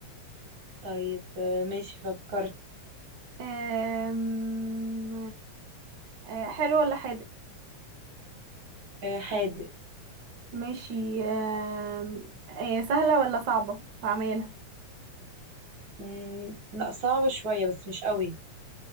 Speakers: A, on the right (about 45°); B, on the right (about 65°).
A: طيب آه، ماشي فكرت
B: آم، آه، حلو ولا حادق
A: آه، حادق
B: ماشي آم، آه، سهلة ولا صعبة هعملها
A: مم، لا صعبة شوية بس مش قوي